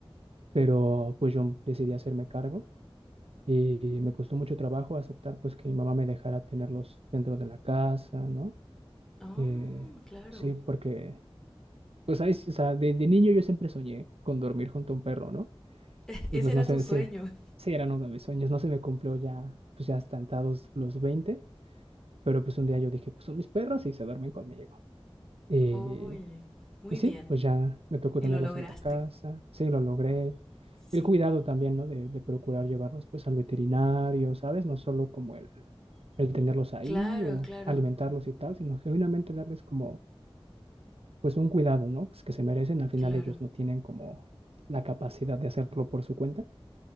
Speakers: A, on the right (about 80°); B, in the centre.
A: pero pues yo decidí hacerme cargo. Y me costó mucho trabajo aceptar pues que mi mamá me dejara tenerlos dentro de la casa, ¿no?
B: Ah, oh,
A: Eh,
B: claro.
A: sí, porque pues ahí, sí, o sea, de, de niño yo siempre soñé con dormir junto a un perro, ¿no?
B: <laughs> Ese
A: Y pues
B: era
A: no sé,
B: tu sueño.
A: sí, sí eran uno de mis sueños, no se me cumplió ya, pues ya estantados los 20 pero pues un día yo dije, pues son mis perros y se duermen conmigo.
B: <laughs>
A: Y
B: Oye. Muy
A: y sí,
B: bien.
A: pues ya me tocó
B: Y
A: tenerlos
B: lo lograste.
A: en la casa, sí, lo logré.
B: Sí.
A: El cuidado también, ¿no? De, de procurar llevarlos pues al veterinario, ¿sabes? No solo como el, el tenerlos ahí
B: Claro,
A: o
B: claro,
A: alimentarlos y tal, sino genuinamente darles como pues un cuidado, ¿no? Pues que se merecen. Al final
B: claro.
A: ellos no tienen como la capacidad de hacerlo por su cuenta.